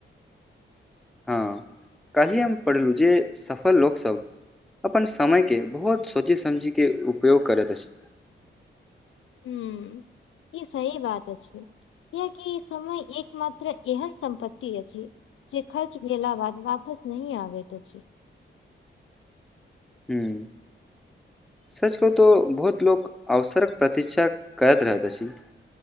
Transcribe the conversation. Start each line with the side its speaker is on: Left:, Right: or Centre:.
Centre: हँ काल्हि हम पढ़लौं जे सफल लोकसभ अपन समय केँ बहुत सोचे समझे के उपयोग करैत अछि।
Left: हु <inaudible> ई सही बात अछि। कियकि समय एक मात्र एहन सम्पत्ति अछि। जे खर्च भेला बाद वापस नहीं आबैत अछि
Centre: हूँ सच कहूँ तो बहुत लोको अवसरक प्रतीक्षा करैत रहैत अछि।